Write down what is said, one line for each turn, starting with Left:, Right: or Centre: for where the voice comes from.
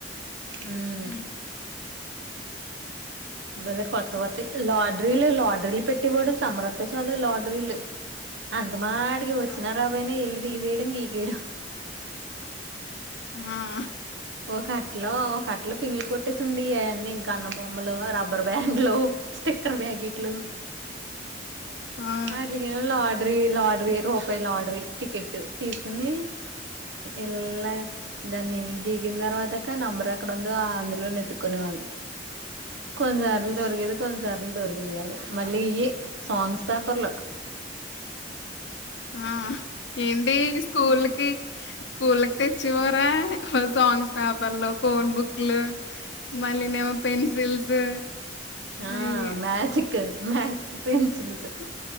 Right: మ్మ్
Left: ఉ
Right: బలే కొత్తావ్ లాడరీలు లాడరీలు పెట్టేవాడు సమరత్త చాలు లాడరీలు అంత మాడికి వచ్చిన రాబయినా ఇల్ళ తీసేయడం గీకేయడం
Left: ఆ
Right: ఒక అట్లో ఒక అట్టలో పింగలు కొట్టేసి ఉండడి అవన్నీ గన్న బొమ్మలు రబ్బర్ బ్యాండ్లు స్టిక్కర్ ప్యాకెట్లు
Left: అవును.
Right: అట్లికేం లా టరీ లాటరీ రూపాయి లాటరీ టికెట్ తీసుకుని ఎల్లా దాన్ని గీకిన తర్వాతిక నంబర్ ఎక్కడుందో అన్‌ఫుల్‌లోనే ఎతుక్కునే వాళ్లం కొంచెం
Left: హ్మ్.
Right: అరలు దరకిదు కొంచం సరలు దొరికేది గాదు మళ్లీ ఈ సోంగ్స్ పేపర్లా
Left: ఆ ఏంటి స్కూల్కి స్కూల్కి తెచ్చిపోరా సాంగ్స్ పేపర్లు కోన్ బుక్లు మళ్ళనేమో పెన్సిల్స్
Right: ఆ
Left: అయ్యి.
Right: మ్యాజిక్ మాథ్స్ కు పెన్సిల్సు